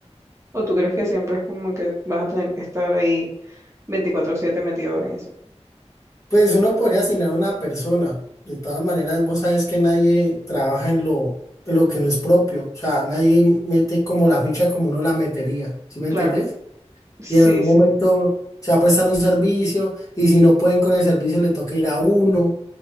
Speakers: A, on the right; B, on the left.
A: ¿O tú crees que siempre es como que vas a tener que estar ahí veinticuatro siete metido en eso?
B: Pues uno podría asignar una persona. De todas maneras, vos sabes que nadie trabaja en lo, en lo que no es propio. O sea, nadie mete como la ficha como uno la metería. ¿Sí me
A: Claro,
B: entendés?
A: sí,
B: Y en algún
A: sí,
B: momento se va a prestar un servicio y si no pueden con el servicio le toca ir a uno.